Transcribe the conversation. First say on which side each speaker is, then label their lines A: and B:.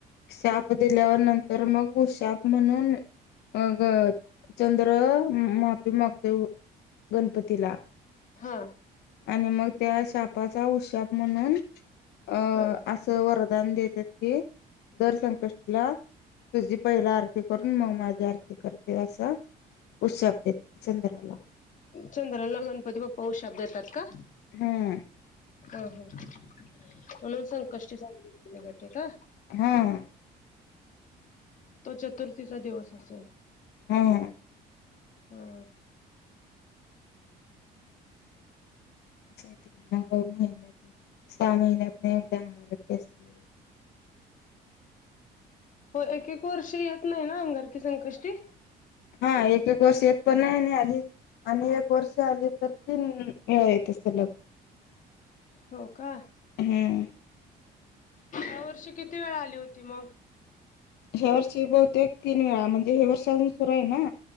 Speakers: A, on the left; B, on the left.
A: शाप दिल्यावर नंतर मग शाप म्हणून मग चंद्र माफी मागतोय गणपतीला
B: हा
A: आणि मग त्या सापाचा उशाप म्हणून अ
B: हा.
A: असं वर दान देतात ते दर संकष्टीला तुझी पहिला आरती करून मग माझी आरती करते असं उत्साप देतात चंद्राला
B: चंद्राला गणपती बापा क्षाप देतात का?
A: हूअ
B: हा हो म्हणून संकष्टी साजरे केले जाते का
A: हां
B: तो चतुर्थीचा दिवस असेल
A: हा हा
B: हा.
A: अस नग महिन्यात सहा महिन्यात नाही एकदा अंगणारारकी असते
B: हो एक एक वर्ष येत नाही ना अंगारकी संकष्टी
A: हा एक एक वर्ष येत पण नाही आणि आधी आणि एक वर्ष आली तर तीन वेळा येते सलग
B: हो का
A: हम्म
B: या वर्षी किती वेळा आली होती मग
A: ह्या वर्षी बहुते एक तीन वेळा म्हणजे हे वर्षी अजून सुरू आहे ना